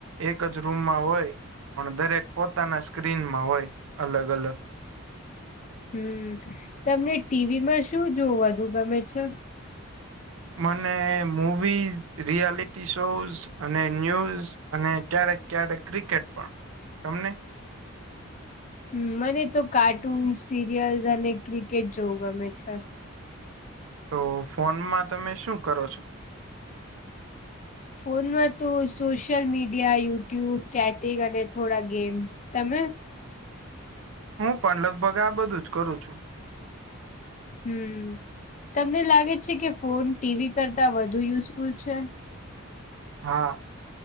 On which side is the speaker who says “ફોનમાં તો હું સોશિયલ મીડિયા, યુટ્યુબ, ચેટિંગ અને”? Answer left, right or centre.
Left